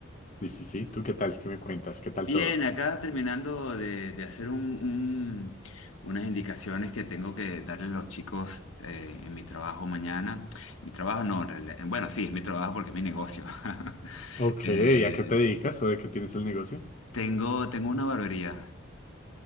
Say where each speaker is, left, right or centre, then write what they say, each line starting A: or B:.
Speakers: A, on the left; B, on the left.
A: Sí, sí, sí. ¿Tú qué tal? ¿Qué me cuentas? ¿Qué tal
B: Bien,
A: todo?
B: acá terminando de, de hacer un- un- unas indicaciones que tengo que darle a los chicos eh, en mi trabajo mañana. Mi trabajo no, en realidad- bueno, sí, es mi trabajo porque es mi negocio. <laughs>
A: Ok,
B: Eh,
A: ¿a qué te dedicas o de qué tienes el negocio?
B: tengo, tengo una barbería.